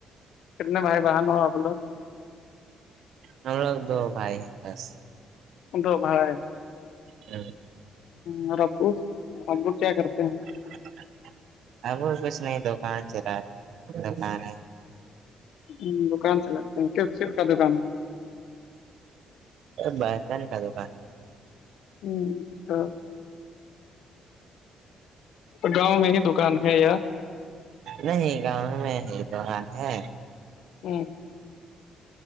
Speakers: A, on the left (about 75°); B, on the right (about 75°).
A: کتنے بھائی بہن ہو آپ لوگ
B: ہم لوگ دو بھائی ہیں بس
A: تو بھائی
B: ہ <unintelligible>
A: اور آپکو ہم لوگ کیا کرتے ہیں
B: <unintelligible>
A: ہ دکان چلاتے ہیں کس س کا دکان ہے
B: بسا نہیں کہ د کا
A: ہوں تو تو گاؤں میں ہی دکان ہے یاار
B: نہیں گاؤں میں ہی دکان ہے
A: ہوں